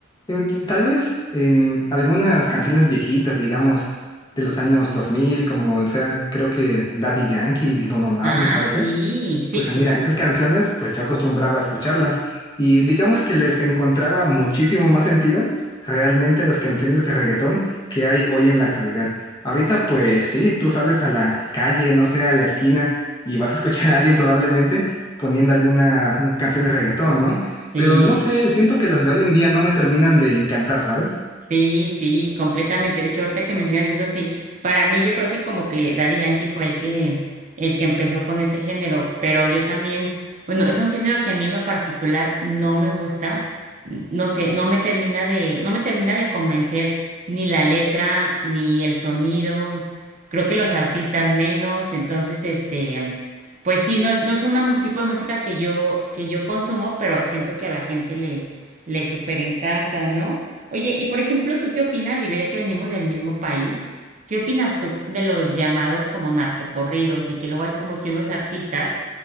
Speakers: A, on the left; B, on the right.
A: Em, tal vez en algunas canciones viejitas, digamos, de los años 2000 como sean, creo que Daddy Yankee y Don Omar,
B: Ah,
A: me parece.
B: sí, sí,
A: Pues ah,
B: co-
A: mira, esas canciones, pues yo acostumbraba a escucharlas y digamos que les encontraba muchísimo más sentido realmente a las canciones de reggaetón que hay hoy en la actualidad. Ahorita, pues sí, tú sales a la calle, no sé, a la esquina y vas a escuchar a alguien probablemente poniendo alguna canción de reggaetón, ¿no?
B: sí.
A: Pero no sé, siento que las de hoy en día no me terminan de encantar, ¿sabes?
B: Sí, sí, completamente. De hecho, ahorita que mencionas eso, sí, para mí yo creo que como que Daddy Yankee fue el que, el que empezó con ese género, pero yo también, bueno, es un género que a mí en lo particular no me gusta, n- no sé, no me termina de, no me termina de convencer ni la letra, ni el sonido, creo que los artistas menos, entonces, este, pues sí, no es, no es un am- tipo de música que yo, que yo consumo, pero siento que a la gente le, le súper encanta, ¿no? Oye, y por ejemplo, ¿tú qué opinas? Digo, ya que venimos del mismo país, ¿qué opinas tú de los llamados como narcocorridos y que luego hay como que unos artistas